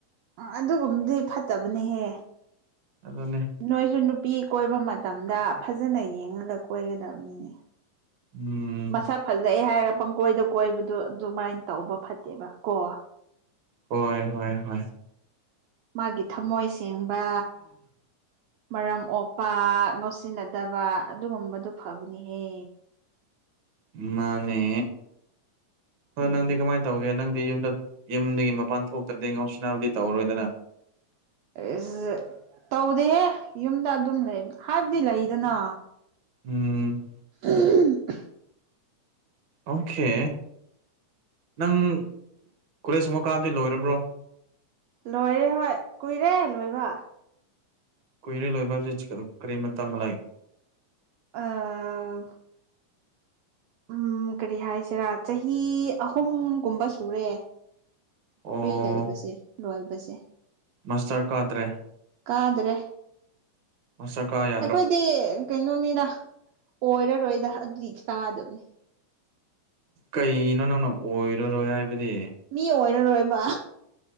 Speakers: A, on the right; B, on the right.
A: ꯑ ꯑꯗꯨꯒꯨꯝꯕꯗꯤ ꯐꯠꯇꯕꯅꯦꯍꯦ
B: ꯑꯗꯨꯅꯦ
A: ꯅꯣꯏꯁꯨ ꯅꯨꯄꯤ ꯀꯣꯏꯕ ꯃꯇꯝꯗ ꯐꯖꯅ ꯌꯦꯡꯉꯒ ꯀꯣꯏꯒꯗꯕꯅꯦ
B: ꯎꯝ
A: ꯁꯛ ꯐꯖꯩ ꯍꯥꯏꯔꯒ ꯄꯪꯀꯣꯏꯗ ꯀꯣꯏꯕꯗꯨ ꯑꯗꯨꯃꯥꯏꯅ ꯇꯧꯕ ꯐꯠꯇꯦꯕ ꯀꯣ
B: ꯍꯣꯏ ꯍꯣꯏ ꯍꯣꯏ
A: ꯃꯥꯒꯤ ꯊꯝꯃꯣꯏ ꯁꯦꯡꯕ ꯃꯔꯝ ꯑꯣꯛꯄ ꯉꯧꯁꯤꯟꯅꯗꯕ ꯑꯗꯨꯒꯨꯝꯕꯗꯨ ꯐꯕꯅꯦꯍꯦ
B: ꯃꯥꯅꯦ
A: ꯎꯝ
B: ꯅꯪꯗꯤ ꯀꯃꯥꯢ ꯇꯧꯒꯦ ꯅꯪꯗꯤ ꯌꯨꯝꯗ ꯌꯨꯝꯗꯒꯤ ꯃꯄꯥꯟ ꯊꯣꯛꯇ꯭ꯔꯗꯤ ꯉꯧꯁꯤꯅꯥꯕꯗꯤ ꯇꯧꯔꯔꯣꯏꯗꯅ
A: ꯢꯁ ꯇꯧꯗꯦꯍꯦ ꯌꯨꯝꯗ ꯑꯗꯨꯝ ꯂꯩ ꯍꯥꯏꯕꯗꯤ ꯂꯩꯗꯅ
B: ꯎꯝ
A: ꯎꯝ <unintelligible>
B: ꯑꯣꯀꯦ ꯅꯪ ꯀꯣꯂꯦꯖ ꯒꯨꯝꯕ ꯀꯥꯕꯗꯤ ꯂꯣꯏꯔꯕ꯭ꯔꯣ
A: ꯂꯣꯏꯔꯦ ꯍꯣꯏ ꯀꯨꯏꯔꯦ ꯂꯣꯏꯕ
B: ꯀꯨꯏꯔꯦ ꯂꯣꯏꯕ ꯍꯥꯏꯕꯁꯤ ꯀꯔꯤ ꯃꯇꯥꯝ ꯇꯥꯝꯕ ꯂꯥꯢꯛ
A: ꯑꯥ ꯎꯝ ꯀꯔꯤ ꯍꯥꯏꯁꯤꯔꯥ ꯆꯍꯤ ꯑꯍꯨꯝꯒꯨꯝꯕ ꯁꯨꯔꯦ
B: ꯑꯣ
A: ꯐ꯭ꯔꯤ ꯂꯩꯕꯁꯦ ꯂꯣꯏꯕꯁꯦ
B: ꯃꯥꯁꯇꯔ ꯀꯥꯗ꯭ꯔꯦ
A: ꯀꯥꯗ꯭ꯔꯦ
B: ꯃꯥꯁꯇꯥꯔ ꯀꯥꯢꯌꯦ
A: ꯑꯩꯈꯣꯏꯗꯤ ꯀꯩꯅꯣꯅꯤꯗ ꯑꯣꯏꯔꯔꯣꯏꯗ ꯑꯗꯨꯗꯤ ꯆꯥꯗꯕꯅꯤ
B: ꯀꯩꯅꯣ ꯅꯪꯅ ꯑꯣꯏꯔꯔꯣꯏ ꯍꯥꯏꯕꯗꯤ
A: ꯃꯤ ꯑꯣꯏꯔꯔꯣꯏꯕ